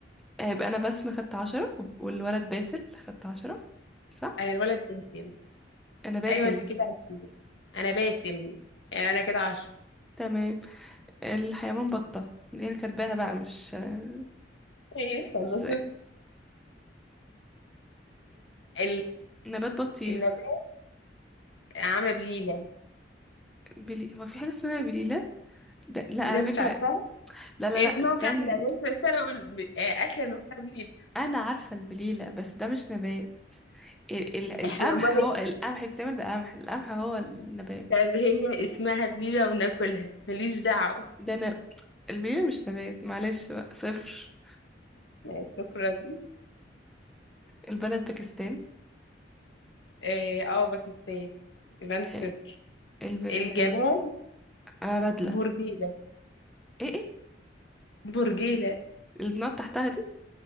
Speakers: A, in the centre; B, on the left (about 80°).
A: هيبقى انا بسمة خدت عشرة والولد باسل خدت عشرة صح
B: انا الولد باسم
A: انا باسل
B: ايوه انت كده عشرين انا باسم يعني انا كده عشرة
A: تمام الحيوان بطة دي انا كاتباها بقى مش آه،
B: ايش انا
A: مش زي-
B: صفر ال-
A: النبات بطيخ
B: النبات عاملة بليلة
A: بلي... هو في حاجة اسمها بليلة ده... لا على
B: ايه ده انت مش
A: فكرة
B: عارفاها
A: لا لا
B: إيه
A: لا
B: اسمها
A: استنى
B: غلة ماشي بس انا بقول ب- آه، اكلة نفسها بليلة
A: انا عارفة البليلة بس ده مش نبات ال- ال- القمح
B: احنا امال
A: هو القمح بيتعمل بقمح القمح هو النبات
B: طب هي اسمها بليلة وبناكلها ماليش دعوة
A: ده نب... البليلة مش نبات معلش بقى صفر
B: آه، شكرا
A: البلد باكستان
B: اه آه، باكستان يبقى انت صفر
A: آه، البل...
B: الجمال
A: انا بدلة
B: برجيلة
A: ايه ايه
B: برجيلة
A: اللي بنقعد تحتها دي